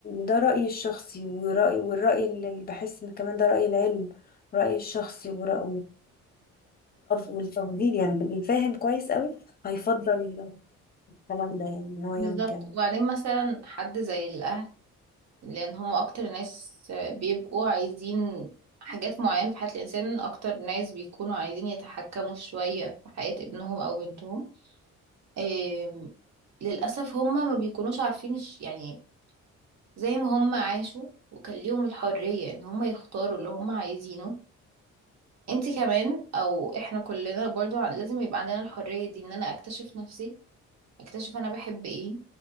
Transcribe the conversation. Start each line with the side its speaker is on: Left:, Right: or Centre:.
Left: ده رأيي الشخصي ورأي والرأي اللي بحس ان كمان ده رأي العلم رأيي الشخصي ورأي والتفضيل يعني اللي فاهم كويس قوي هيفضل الكلام ده يعني ان هو
Right: بالظبط
Left: يعمل كده
Right: وبعدين مثلا حد زي الأهل لان هم اكتر ناس بيبقوا عايزين حاجات معينة في حياة الانسان اكتر ناس بيكونوا عايزين يتحكموا شوية في حياة ابنهم او بنتهم آم، للاسف هم ما بيكونوش عارفين الش- يعني زي ما هم عاشوا وكان ليهم الحرية ان هم يختاروا اللي هم عايزينه انت كمان او احنا كلنا برضو ع- لازم يبقى عندنا الحرية دي ان انا اكتشف نفسي اكتشف انا بحب ايه